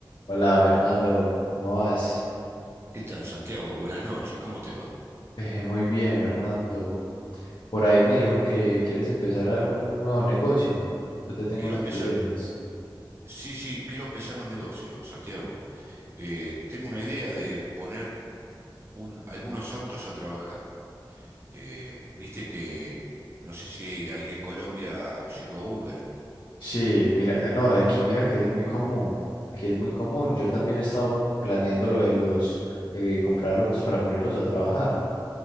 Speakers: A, on the left; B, on the right.
A: Hola Fernando, ¿cómo vas?
B: ¿Qué tal, Santiago? Buenas noches, ¿cómo te va?
A: Eh, muy bien, Fernando. Por ahí me dijeron que quieres empezar a un nuevo negocio. Yo te tengo
B: Quiero
A: unas
B: empezar,
A: ideas.
B: sí, sí, quiero empezar un negocio, Santiago. Eh, tengo una idea de poner un- algunos autos a trabajar. Eh, viste que, no sé si ahí en Colombia llegó Uber.
A: Sí, mira, eh, no, aquí mira que es muy común. Aquí es muy común. Yo también he estado planeando lo de los, de comprar autos para ponerlos a trabajar.